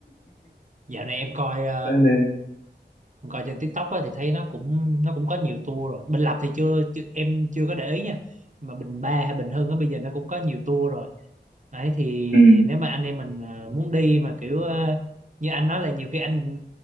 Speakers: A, on the right; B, on the left.
A: dạo này em coi ờ,
B: Cho nên
A: em coi trên TikTok á, thì thấy nó cũng nó cũng có nhiều tour rồi Bình Lập thì chưa, chưa em chưa có để ý nha mà Bình Ba hay Bình Hưng á, bây giờ nó cũng có nhiều tour rồi đấy thì
B: ừ.
A: nếu mà anh em mình ờ, muốn đi mà kiểu ờ, như anh nói là nhiều khi anh ừ,